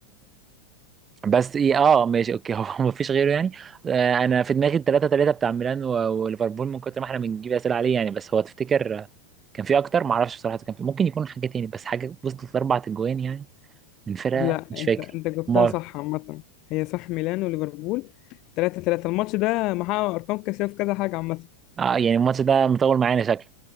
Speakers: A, on the right (about 20°); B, on the left (about 45°).
A: بس ايه اه ماشي اوكي هو <laughs> مفيش غيره يعني آه انا في دماغي التلاتة تلاتة بتاع ميلان و- وليفربول من كتر ما احنا بنجيب اسئله عليه يعني بس هو تفتكر آه، كان في اكتر ما اعرفش بصراحه كان في ممكن يكون حاجه تاني بس حاجه وصلت لاربع اجوان يعني من فرقه
B: لا
A: مش
B: انت
A: فاكر
B: انت جبتها
A: امال
B: صح عامة هي صح ميلان وليفربول 3 3 الماتش ده محقق ارقام قياسية في كذا حاجة عامة
A: آه يعني الماتش ده مطول معانا شكله